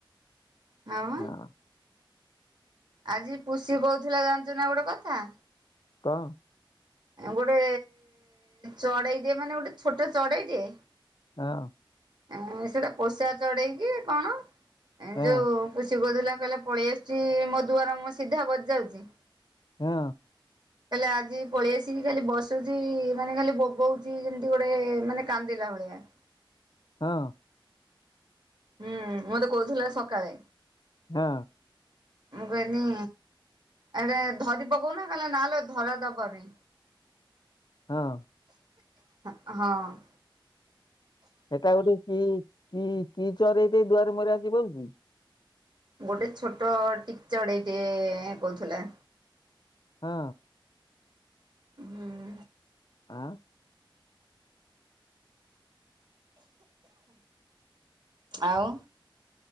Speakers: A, on the right; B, on the left.
A: ଆଉ।
B: ହଁ
A: ଆଜି ପୁଷି କହୁଥିଲା ଜାଣିଛୁ ନା ଗୋଟେ କଥା।
B: କଣ?
A: ଗୋଟେ ଚଢେଇ ଟେ ମାନେ ଗୋଟେ ଛୋଟ ଚଢେଇ ଟେ
B: ହଁ
A: ଏଁ ସେଟା ପୋଷା ଚଢେଇକି କଣ? ଏ
B: ହଁ
A: ଯୋଉ ପୁଷି କୋଉଥିଲା କହିଲା ପଳେଇ ଆସି ଚି ମୋ ଦୁଆର ମୁଁହ ସିଧା ବଜାଉଛି।
B: ହୁଁ।
A: ହେଲେ ଆଜି ପଳେଇଆସିକି ଖାଲି ବସୁଛି ମାନେ ଖାଲି ବୋବଉଛି ଯେମିତି ଗୋଟେ ମାନେ କାନ୍ଦିଲା ଭଳିଆ।
B: ହଁ।
A: ହୁଁ ମତେ କହୁଥିଲା ସକାଳେ
B: ହଁ।
A: ମୁଁ କହିଲି ଏ ରା ଧରି ପକଉନ ନହେଲେ ଧରା ଦବନି।
B: ହଁ।
A: <unintelligible> ହଁ।
B: ସେଟା ଗୋଟେ କି କି କି <unintelligible> ଦୁଆରେ ମରି ଆସି ବଇଚି।
A: ଗୋଟେ ଛୋଟ ଟିକି ଚଡେଇଟେ କହୁଥିଲା।
B: ହଁ।
A: ହୁଁ।
B: ଆଁ
A: ଆଉ